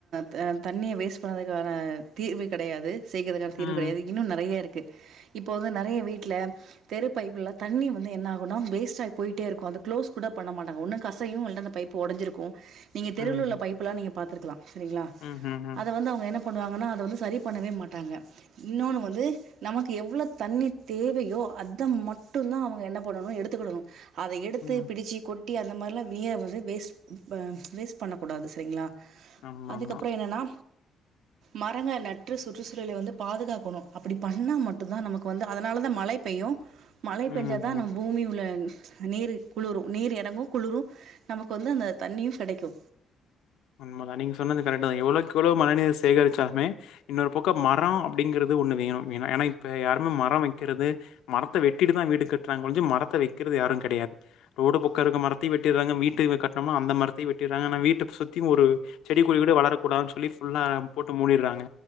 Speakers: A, on the right; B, on the left.
A: த ஆ தண்ணிய வேஸ்ட் பண்ணுறதுகான தீர்வு கெடையாது செய்கிறகர்
B: ம்.
A: தீர்வு கெடையாது இன்னு நெறைய இருக் இப்போ வந்து நெறைய வீட்ல தெரு பைப்புல தண்ணி வந்து என்ன ஆகுனா வேஸ்ட் ஆகி போயிட்டே இருக்கும் அதுக் க்ளோஸ் கூட பண்ண மாட்டாங்க ஒன்னு கசையும் இல்லனா அந்த பைப்பு உடைஞ்சிருக்கும் நீங்க
B: ம்.
A: தெருவுல
B: ம்.
A: உள்ள பைப்பு எல்லாம் நீங்க பார்த்துருக்கலாம் சரிங்களா
B: ம்ஹ்ஹ்ம்.
A: அதை வந்து அவங்க என்ன பண்ணுவாங்க அத வந்து சரி பண்ணவே மாட்டாங்க இன்னொன்னு வந்து நமக்கு எவ்ளோ தண்ணி தேவையோ அத மட்டும் தான் அவங்க என்ன பண்ணும் எடுத்துக்கிடனும் அதை பிடிச்சி
B: ம்.
A: கொ ட்டி அந்த மாரிலாம் நீர வந்து வேஸ்ட் வேஸ்ட் பண்ணக்கூடாது சரிங்களா
B: ஆமாமா.
A: அதுக்கப்புறம் என்னன்னா மரங்க நட்டு சுற்றுச்சூழலை வந்து பாதுகாக்கணும் அப்பிடி பண்ணா மட்டும்தான் நமக்கு வந்து அதனாலதான் மழை பெய்யும் மழை
B: ம்.
A: பெஞ்சா
B: ஆமா ஆமா
A: தா
B: ம்
A: நம்ம பூமி உள்ள நீரு குளுரு நீர் இறங்கு குளுரு நமக்கு வந்து அந்த தண்ணியு கெடைக்கு
B: உண்மதா நீங்க சொன்னது கரெக்ட்டு தா எவ்ளவுக்கு எவ்ளோ மழைநீர் சேகரிச்சாலுமே இன்னொரு பக்கொ மரம் அப்டிங்கறது ஒன்னு வேணு ஏனா ஏனா இப்ப யாரு மரம் வைக்கறது மரத்த வெட்டிட்டு தா வீடு கட்றாங்க ஒழிஞ்சி மரத்த வைக்கறது யாரு கெடையாது ரோடு பக்கோ இருக்க மரத்தி வெட்டிறாங்க வீட்டு கட்டனம்னா அந்த மரத்தியு வெட்டிறாங்க ஆனா வீட்ட சுத் ஒரு செடி கொடி கூட வளர கூடாதுன் சொல்லி ஃபுல்லா போட்டு முடிறாங்க